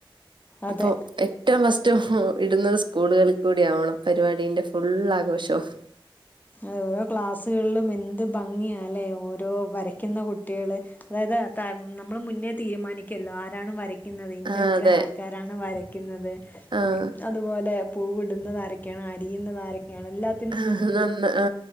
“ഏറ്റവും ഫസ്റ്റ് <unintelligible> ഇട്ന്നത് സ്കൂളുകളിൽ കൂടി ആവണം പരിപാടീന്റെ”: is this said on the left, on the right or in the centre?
Right